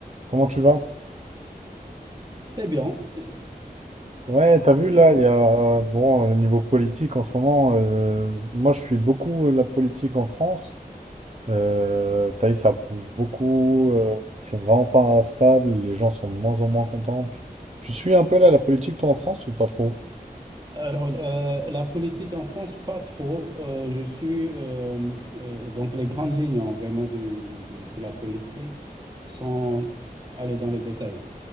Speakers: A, on the right (about 45°); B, on the right (about 30°).
A: Comment tu vas?
B: Très bien. Et-
A: Ouais, t'as vu
B: et-
A: là, il y a euh, bon euh, niveau politique en ce moment. euh, moi, je suis beaucoup euh, la politique en France. Euh, t'as vu, ça bouge beaucoup. euh, c'est vraiment pas stable. Les gens sont de moins en moins contents. Tu, tu suis un peu là la politique toi en France ou pas trop?
B: Alors, euh, la politique en France, pas trop. Euh, je suis euh, euh, donc les grandes lignes hein, vraiment du- du- de la politique sans aller dans les détails.